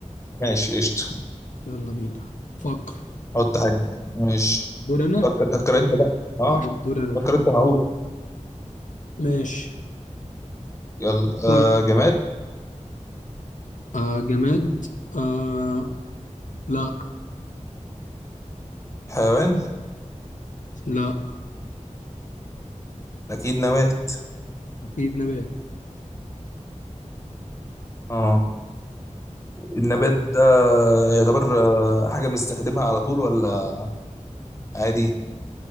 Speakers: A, on the left; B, on the left.
A: ماشي قشطه
B: يلا بينا فكر
A: حط حاجه ماشي
B: دور انا
A: فكر فكر انت بقى اه
B: اه دور انا
A: فكر
B: تمام
A: انت معقول
B: ماشي
A: يلا آه
B: فكر
A: جماد
B: آه جماد آه لا
A: حيوان
B: لا
A: اكيد نبات
B: اكيد نبات
A: اه النبات ده يعتبر آه، حاجة بنستخدمها على طول ولا عادي